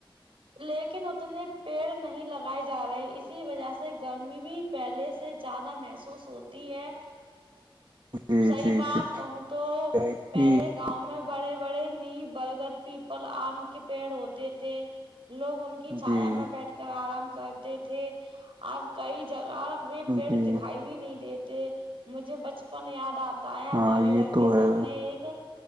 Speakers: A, on the right; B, on the right.
A: لیکن اتنے پیڑ نہیں لگائے جا رہے اسی وجہ سے گرمی بھی پہلے سے زیادہ محسوس ہوتی ہے
B: جی
A: صحی
B: جی
A: بات
B: جی
A: کہوں تو
B: کہ
A: پہلے گاؤں میں بڑے بڑے نیب برگر پیپل آم کے پیڑ ہوتے تھے لوگ ان کی چھایا
B: جی
A: میں بیٹھ کر آرام کرتے تھے اب کئی جگہ و پیڑ
B: جی
A: دکھائی بھی نہیں دیتے مجھے بچپن یاد آتا ہے ہمارے
B: ہاں یہ
A: گھر
B: تو
A: کے سامنے
B: ہے
A: ایک